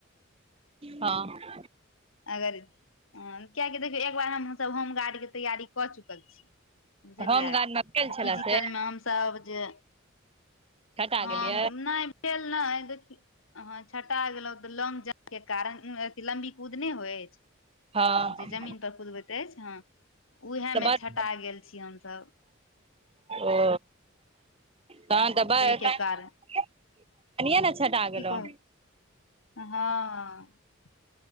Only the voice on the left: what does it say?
अगर कियकि देखियौ एक बार हम सब होम गर्ड कऽ तैयारी कऽ चुकल छी बुझलियै
तऽ
फिजिकल
मे हम सब जे
हँ
नहि भेल नै देखियौ छटा गेलहु तऽ लैंग जम्प केँ कारण अथि लम्बी कुद नइ होइ अछि
जे जमीन पर कुदबैत अछि हँ उएहे
मे
छटा गेल छी हमसभ
ह
ताहिके
कारण
की
कहब हँ